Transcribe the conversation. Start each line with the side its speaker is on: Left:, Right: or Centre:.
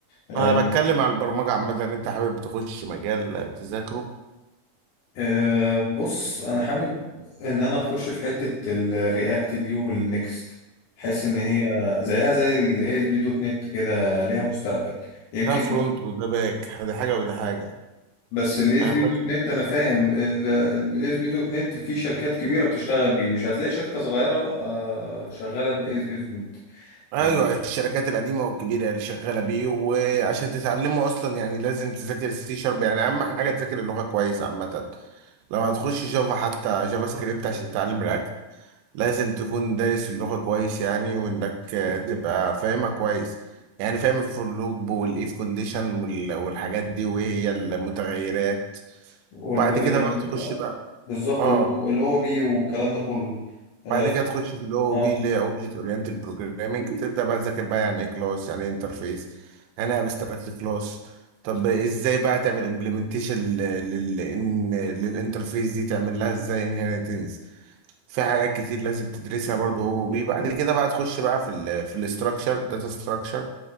Left: أه
Right: انا بتكلم على البرمجة عامة انت حابب تخش مجال تذاكره
Left: أه بص أنا حابب إن أنا أخش في حتة الرياكت دي والنكست حس إن هي زيها زي ال ASP.NET كده ليها مستقبل يمكن
Right: ده فرونت وده باك ده حاجه وده حاجه
Left: بس الاس
Right: انا
Left: بي
Right: بس
Left: دوت نت انا فاهم الاس بي دوت نت في شركات كبيره بتشتغل بيه مش هتلاقي شركه صغيره آه، شغاله باس بي دوت نت
Right: ايوه
Left: يعني
Right: الشركات القديمه والكبيره اللي شغاله بيه وعشان تتعلمه اصلا يعني لازم تذاكر السي شارب يعني اهم حاجه تذاكر اللغه كويس عامه لو هتخش جافا حتى جافا سكريبت عشان تتعلم رياكت لازم تكون دارس اللغه كويس يعني وانك آه، تبقى فاهمها كويس يعني فاهم الفور لوب والايف كونديشن والحاجات دي وهي المتغيرات
Left: والفاريبلز
Right: وبعد كده بقى تخش بقى
Left: بالظبط
Right: اه
Left: واللي هو بيه والكلام ده كله اه
Right: بعد كده تخش في الاو
Left: اه
Right: بي اللي هي اوبجكت اورينتد بروجرامنج تبدا بقى تذاكر بقى يعني ايه كلاس يعني ايه انترفيس يعني ايه ابستراكت كلاس طب ازاي بقى تعمل امبلمنتيشن للانترفيس دي تعمل لها ازاي انهيرتنس في حاجات كتير لازم تدرسها برضه او بي بعد كده بقى تخش بقى في ال في الاستراكشر داتا ستراكشر